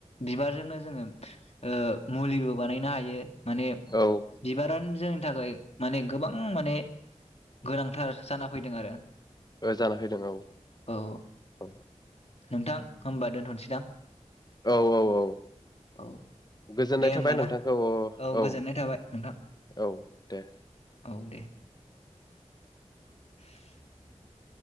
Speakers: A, on the left; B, on the left.
A: बिबार जोंनो जोङो ओ मुलिबो बानायनो हायो माने
B: औ
A: बिबारानो जों नि थाखाय माने गोबां माने गोनांथार जाना फैदों आरो।
B: ओ जाना फैदों औ।
A: औ
B: औ।
A: नोंथां होमबा दोनथ'नोसैदां?
B: औ औ औ
A: औ
B: गोजोननाय
A: दे होमबा
B: थाबाय नोंथांखौ
A: ना
B: औ औ
A: गोजोननाय थाबाय नोंथां
B: औ दे।
A: औ दे <inaudible>